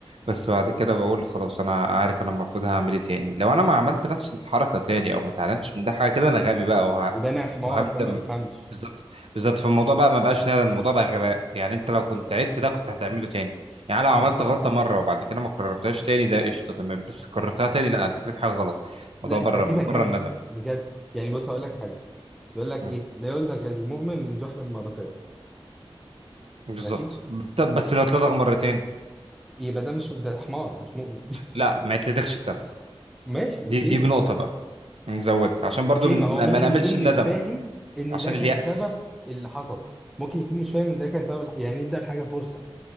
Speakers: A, on the right; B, in the centre.
A: بس بعد كده بقول خلاص انا عارف انا المفروض هعمل ايه تاني لو انا ما عملت نفس الحركه تاني او ما اتعلمتش من ده حاجه كده انا غبي بقى وه...
B: يبقى انا حمار
A: وهندم
B: فما بفهمش
A: بالظبط بالظبط فالموضوع بقى ما بقاش ندم الموضوع بقى غباء يعني انت لو كنت عدت ده كنت هتعمله تاني يعني لو عملت
B: مم.
A: غلطه مره وبعد كده ما كررتهاش تاني ده قشطه تمام بس كررتها تاني لا انت كده في حاجه غلط الموضوع
B: لا
A: بره
B: انت كده غبي
A: بره الندم
B: بجد يعني بص هقول لك حاجه بيقول لك
A: مم.
B: ايه لا يولدك المؤمن من جحر مرتين
A: بالظبط
B: ماشي
A: طب بس لو اتلدغ مرتين
B: يبقى ده مش ده حمار مش مؤمن <laughs>
A: لا ما يتلدغش التالتة
B: ماشي
A: دي
B: اوكي
A: دي بنقطه بقى نزودها عشان برضو
B: اوكي
A: ما
B: ما هو ممكن
A: ما نعملش
B: يكون
A: الندم
B: مش فاهم ان
A: عشان
B: ده كان
A: اليأس
B: سبب اللي حصل ممكن يكون مش فاهم ان ده كان سبب الح- يعني ادى الحاجه فرصه